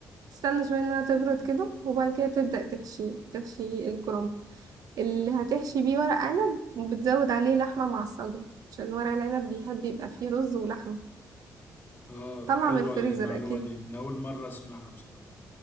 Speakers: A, on the right (about 75°); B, on the left (about 30°).
A: تستنى شوية انها تبرد كده وبعد كده تبدأ تحشي تحشي الكرنب اللي هتحشي بيه ورق عنب وبتزود عليه لحمة معصجة عشان ورق العنب بيحب يبقى فيه رز ولحمة
B: اه
A: طلع
B: حلوة
A: من الفريزر
B: المعلومة
A: اكيد
B: دي انا اول مرة اسمعها بصراحة